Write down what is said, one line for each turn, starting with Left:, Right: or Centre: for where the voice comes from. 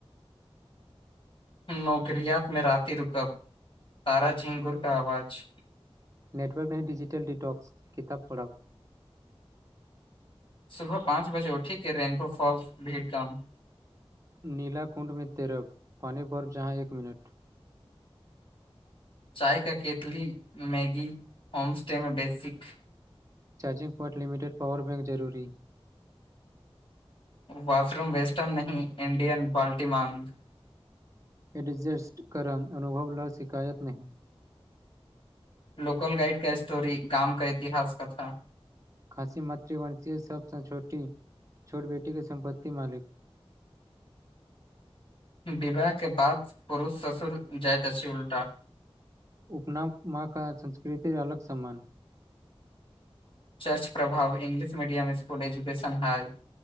Left: नोकररियात में राति रुकब तारा झिंगुर का आवाज़
Right: नेटवर्क नहि डजिटल डटक्स किताब पढ़
Left: सुबह पाँच बजे उठीके रेनबो फॉल्स भीड़ कम
Right: नीला कुण्ड में तेरग पानी बर्फ जहाँ एक मिनट
Left: चाय का केतली मैगी होमस्टे में basic
Right: charging pot limited power bank जरूरी
Left: बाथरूम वेस्टर्न नं इंडियन बाल्टी माँग
Right: एडजस्ट करब अनुभव ल शिकायत नहि
Left: लोकल गाइड का स्टोरी गाम का इतिहास कथा
Right: खसी मातृवंशीय सबस छोटी छोट बेटी के सम्पत्तति मालिक
Left: <inaudible> विवाह के बाद पुरुष ससुर जाइत अछि उल्टा
Right: उपनाम म क संस्कृतर अलग सम्मान
Left: चर्च प्रभाव English medium school education high